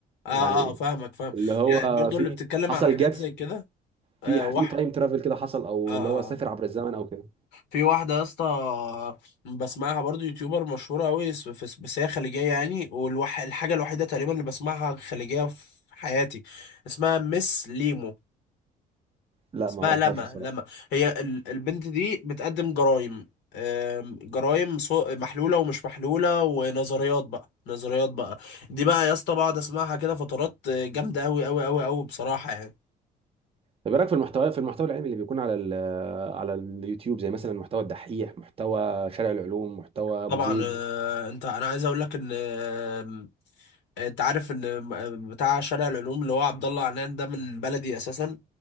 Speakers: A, on the left; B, on the right.
A: اه
B: يعني
A: اه فاهمك فاهم
B: اللي هو
A: يعني برضو
B: في
A: اللي بتتكلم
B: حصل
A: على حاجات
B: جاب
A: زي كده آه
B: في
A: واحد
B: في تايم ترافل كده حصل او
A: آه آه.
B: اللي هو سافر عبر الزمن او كده
A: في واحدة يا اسطى بسمعها برضو يوتيوبر مشهورة أوي س- في- بس هي خليجية يعني والحاجة الوحيدة تقريبا اللي بسمعها خليجية في حياتي اسمها مس ليمو
B: لا
A: اسمها
B: ما اعرفهاش
A: لما
B: بصراحه
A: لما هي ال- البنت دي بتقدم جرايم آم، جرايم سو- محلولة ومش محلولة ونظريات بقى نظريات بقى دي بقى يا اسطى بقعد اسمعها كده فترات آه، جامدة أوي أوي أوي أوي بصراحة يعني
B: طب ايه رايك في المحتوى في المحتوى العلمي اللي بيكون على ال- على اليوتيوب زي مثلا محتوى الدحيح محتوى شارع العلوم محتوى ابو
A: طبعا
B: زيد
A: آه، انت انا عايز اقول لك ان آه، انت عارف ان م- بتاع شارع العلوم اللي هو عبد الله عنان ده من بلدي اساسا